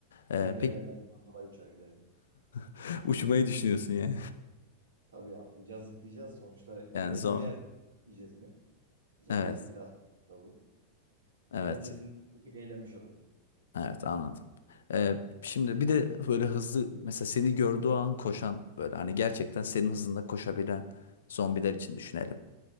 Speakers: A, on the left; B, on the right.
A: Ee,
B: Engellerden
A: peki
B: falan kolay uçar giderim.
A: <laughs> uçmayı düşünüyorsun ya.
B: Tabii atlayacağız, zıplayacağız. Sonuçta
A: Yani
B: bir- belli
A: zor.
B: bir yerde gitmeyeceğiz mi? Zombi
A: Evet.
B: istilası da bu.
A: Evet.
B: Öncesinde bir tık eğlenmiş olurdum.
A: Evet anladım. Ee, şimdi bir de böyle hızlı mesela seni gördüğü an koşan böyle hani gerçekten senin hızında koşabilen zombiler için düşünelim.